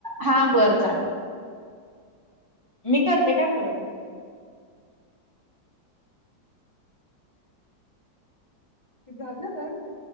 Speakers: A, on the right; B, on the left.
A: हा बरं चालेल
B: मी करते काय परत ते गल कर